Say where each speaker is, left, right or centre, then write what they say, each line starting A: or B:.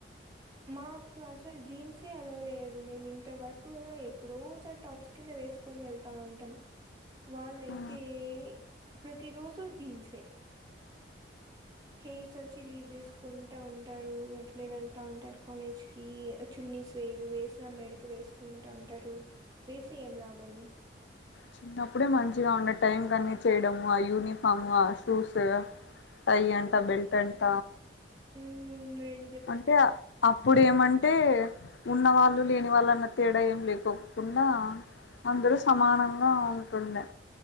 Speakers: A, on the right; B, on the left.
A: మాకు అసలు జీన్సే అలో లేదు. మేము ఇంతవరకు కూడా ఎప్పుడోసారి టాప్స్ కింద వేసుకొని వెళ్తా ఉంటాం. వాళ్ళయితే
B: ఆ
A: ప్రతి రోజు జీన్సే హెయిర్స్ వచ్చి లీవ్ చేసుకుంటా ఉంటారు అట్లే వెళ్ ఉంటా ఉంటరు. కాలేజ్ కి చున్నీస్ వేరు వేసిన మెడకి వేసుకుంటా ఉంటారు. వేసి ఏం లాభం.
B: చిన్నప్పుడే మంచిగా ఉండ టైం కన్ని చేయడము ఆ యూనిఫాము ఆ షూస్ టై అంట బెల్ట్ అంట
A: ఉ రెం
B: అంటే అప్పుడు ఏమంటే ఉన్నవాళ్ళు లేని వాళ్ళు అన్న తేడా ఏం లేకోకుండా అందురు సమానంగావు ఉండా